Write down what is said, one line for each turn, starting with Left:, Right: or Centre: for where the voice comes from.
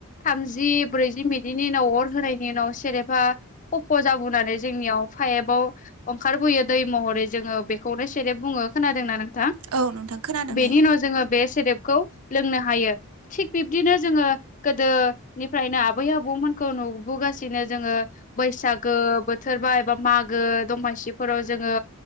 Left: थामजि ब्रैजि मिनिटनि उनाव अर होनायनि उनाव सेरेफा खफ' जाबोनानै जोंनियाव फाइपाव ओंखारबोयो दै महरै जोङो बेखौनो सेरेब बुङो खोनादों ना नों थां?
Right: औ नोंथां खोनादों
Left: बेनि
Right: दे
Left: उनाव जोङो बे सेरेब खौ लोंनो हायो। थिक बिब्दिनो जोङो गोदोनि फ्रायनो आबै आबौमोनखौ नुबोगासिनो जोङो बैसागो बोथोर बा एबा मागो दमासिफोराव जोङो